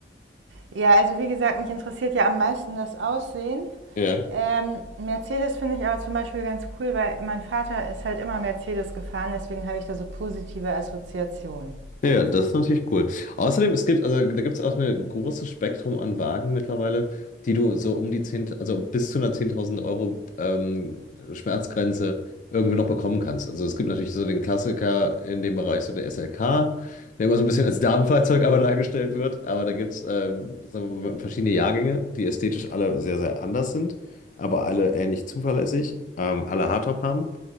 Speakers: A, on the right (about 80°); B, on the left (about 45°).
A: Ja, also wie gesagt, mich interessiert ja am meisten das Aussehen.
B: Ja.
A: Ähm, Mercedes finde ich aber zum Beispiel ganz cool, weil mein Vater ist halt immer Mercedes gefahren, deswegen habe ich da so positive Assoziationen.
B: Ja, ja, das ist natürlich cool. Außerdem, es gibt, also da gibt es auch ein großes Spektrum an Wagen mittlerweile, die du so um die 10, also bis zu einer 10.000 Euro ähm, Schmerzgrenze irgendwie noch bekommen kannst. Also es gibt natürlich so den Klassiker in dem Bereich, so der SLK, der immer so ein bisschen als Damenfahrzeug aber dargestellt wird. Aber da gibt es ähm, sagen wir mal, verschiedene Jahrgänge, die ästhetisch alle sehr, sehr anders sind, aber alle ähnlich zuverlässig, ähm, alle Hardtop haben.